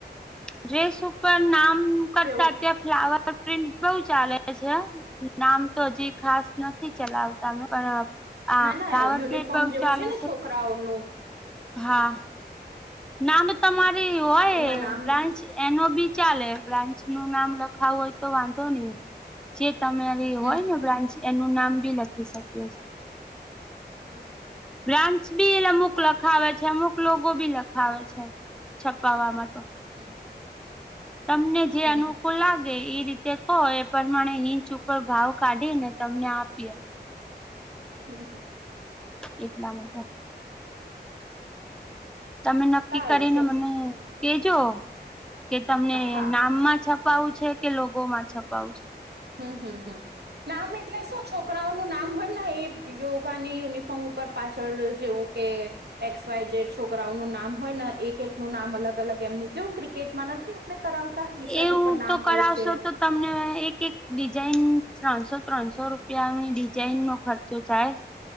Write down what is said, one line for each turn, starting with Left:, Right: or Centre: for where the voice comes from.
Centre: ડ્રેસ ઉપર નામ કરતા
Right: જેવું
Centre: ત્યાં ફ્લાવર પ્રિન્ટ બઉ ચાલે છે. નામ તો હજી ખાસ નથી ચલાવતા મે પણ હા
Right: ના ના
Centre: ફ્લાવર
Right: યુનિફોર્મ
Centre: પ્રિન્ટ બઉ
Right: જેવું
Centre: ચાલે
Right: છે ને છોકરાઓનું
Centre: હા નામ તમારી હોય
Right: એમાં નામ
Centre: બ્રાન્ચ એનો બી ચાલે બ્રાન્ચ નું નામ લખાવું હોય તો વાંધો નહી જે તમે
Right: હમ
Centre: હોય
Right: હમ
Centre: ને બ્રાન્ચ એનું નામ બી લખી શકીએ છીએ
Right: હમ હમ
Centre: બ્રાન્ચ બી એ અમુક લખાવે છે અમુક લોકો બી લખાવે છે છપાવવામાં તો
Right: હમ
Centre: તમને જે અનુકૂલ
Right: હમ
Centre: લાગે કે એ રીતે કહો એ પ્રમાણે હિંચ ઉપર ભાવ કાઢી ને તમને આપીએ
Right: હમ હમ
Centre: એટલા માટે તમે નક્કી
Right: સારું
Centre: કરીને
Right: ચલ
Centre: મને કેજો કે તમને
Right: હા
Centre: નામમાં છ છપાવું છે કે લોગોમાં છપાવું છે
Right: હમ હમમ નામ એટલે શું છોકરાઓનું નામ હોયને એ યોગાની યુનિફોર્મ ઉપર પાછળ જેવું કે એક્સ વાય જેડ છોકરાઓનું નામ હોય ને એક એક નું નામ અલગ અલગ એમની જેવું ક્રિકેટમાં નથી આપને કરાવતા ટી શર્ટ
Centre: એવું
Right: ઉપર નામ
Centre: તો
Right: હોય
Centre: કરાવશો
Right: છે
Centre: તો તમને એક એક ડિઝાઇન ત્રણસો ત્રણસો રૂપિયાની ડિઝાઇન નો ખર્ચો થાય